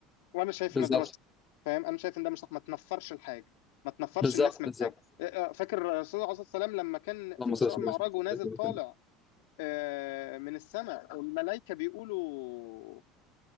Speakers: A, on the left; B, on the left.
A: وانا شايف
B: بالظبط
A: ان ده مش صح. فاهم انا شايف ان ده مش صح ما تنفرش الحاجه ما تنفرش
B: بالظبط
A: الناس من
B: بالظبط
A: الحاجه آه، آه، فاكر الرسول عليه الصلاه والسلام لما كان
B: اللهم
A: في الاسراء
B: صل وسلم
A: والمعراج
B: على سيدنا
A: ونازل طالع
B: محمد
A: آه، من السماء الملائكه بيقولوا